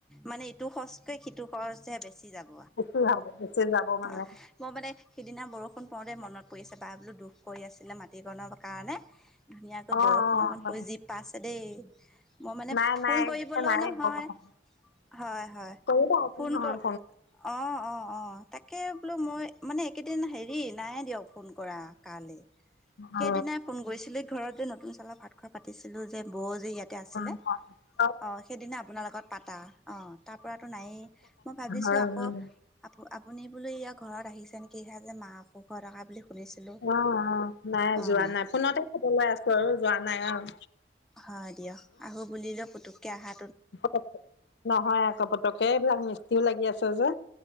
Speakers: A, in the centre; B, on the left.
A: মানে ইটো খচতে সিটো খৰচহে বেছি। চি যাব
B: বেছি হ'ব বেছি যাব মানে
A: আ, মই মানে সিদিনা বৰষু ষুন পৰোতেই মনত পৰি আছে বা বোলো দুখ কৰি আছিলে মাটিকণনৰ কাৰণে। ধুনীয়াকৈ
B: অ অ
A: বৰষুণ অকণ পৰি জি পা আছে দেই। মই মানে
B: নাই
A: ফোন
B: নাই
A: কৰিবলৈও
B: নাই
A: নহয়।
B: বৰষুণ
A: হয়-হয়,
B: কৰিবা একো
A: ফোন
B: নহয়
A: কৰ অ', অ', অ', তাকে বোলো মই, মানে একেইদিন হেৰি নাই দিয়ক ফোন কৰা। কালি সেইদিনাই
B: অ
A: ফোন কৰিছিলো, ঘৰত যে নতুন চালৰ ভাত খোৱা পাতিছিলো যে, বৌ যে ইয়াতে আছিলে।
B: হয়।
A: অ', সেইদিনা আপোনাৰ লগত পাতা, অ', তাৰ পৰাতো নায়েই, মই ভাবিছো
B: হয়
A: আকৌ
B: উম
A: আপ আপুনি বোলো ইয়া ঘৰত আহিছে নেকি হে, যে মা' অসুখ হৈ থকা বুলি। শুনিছিলোঁ
B: অ', অ', নাই,
A: অঁ
B: যোৱা নাই, ফোনতে খবৰ লৈ আছো আৰু যোৱা নাই অ'।
A: হয় দিয়ক, আহো বুলিলে পুতুককে আহা
B: প <unintelligible> নহয় আকৌ পতকে এইবিলাক মিস্তিও লাগি আছে যে।